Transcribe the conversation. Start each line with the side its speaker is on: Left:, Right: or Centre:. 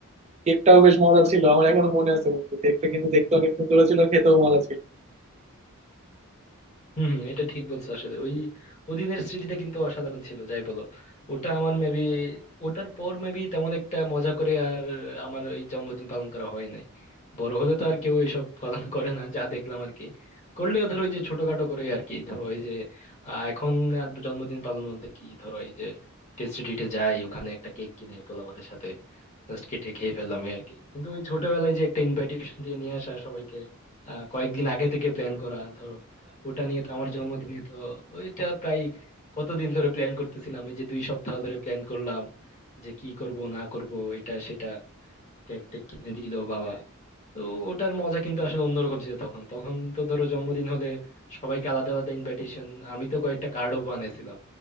Right: কেকটাও বেশ মজা ছিল আমার এখনো মনে আছে বন্ধু কেকটা কিন্তু দেখতে
Left: হুম
Right: অনেক সুন্দর ছিল খেতেও মজা ছিল
Left: হম হম, এটা ঠিক বলছো আসলে ওই ওদিনের স্মৃতিটা কিন্তু অসাধারণ ছিল যাই বলো ওটা আমার মেবি ওটার পর মেবি তেমন একটা মজা করে আর আমার এই জন্মদিন পালন করা হয় নাই বড় হলে তো আর কেউ এইসব পালন করে না যা দেখলাম আর কি করলেও ধরো ওই যে ছোটখাটো করে আর কি ধরো এই যে আহ, এখন আর জন্মদিন পালন বলতে কি ধরো এই যে টেস্টি ট্রিটে যাই ওখানে একটা কেক কিনে পোলাপানের সাথে জাস্ট কেটে খেয়ে ফেললাম এই আর কি কিন্তু ওই ছোটবেলায় যে একটা ইনভাইটেশন দিয়ে নিয়ে আসা সবাইকে আহ, কয়েকদিন আগে থেকে প্ল্যান করা ধরো ওটা নিয়ে তো আমার জন্মদিনে তো ওইটা প্রায় কতদিন ধরে প্ল্যান করতেছিলাম এই যে দুই সপ্তাহ ধরে প্ল্যান করলাম যে কি করব না করব এটা সেটা কেক টেক কিনে দিল বাবা তো ওটার মজা কিন্তু আসলে অন্যরকম ছিল তখন তখন তো ধরো জন্মদিন হলে সবাইকে আলাদা আলাদা ইনভাইটেশন আমি তো কয়েকটা কার্ডও বানাইছিলাম